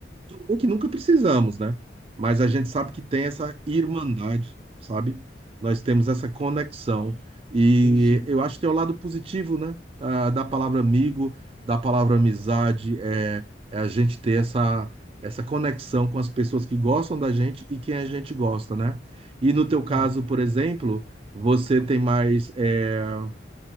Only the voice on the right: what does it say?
Tudo bem que nunca precisamos, né? Mas a gente sabe que tem essa irmandade, sabe? Nós temos essa conexão. E
eu acho que é o lado positivo, né? Ah, da palavra amigo, da palavra amizade, é, é a gente ter essa, essa conexão com as pessoas que gostam da gente e quem a gente gosta, né? E no teu caso,
por exemplo, você tem mais. é,